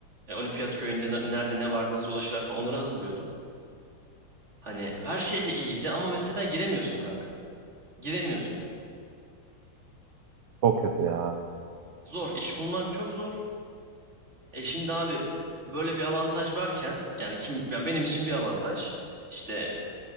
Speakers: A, on the right (about 30°); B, on the right (about 65°).
A: e, olimpiyat köyünde ne- nerede ne var nasıl ulaşırlar falan onları hazırlıyorduk. Hani her şey de iyiydi ama mesela giremiyorsun kanka. Giremiyorsun.
B: Çok kötü ya.
A: Zor. iş bulmak çok zor. E şimdi abi böyle bir avantaj varken yani kim yani benim için bir avantaj. İşte